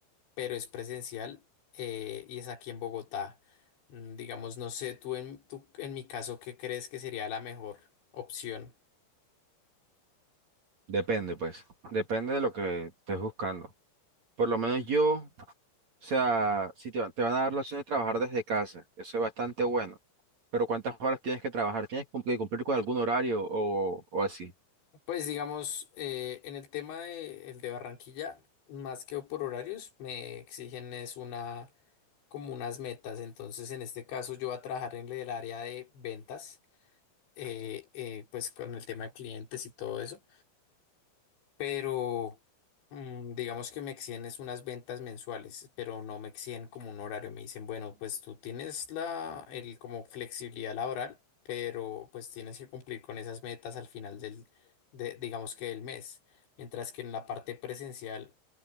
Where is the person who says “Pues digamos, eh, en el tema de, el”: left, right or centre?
Left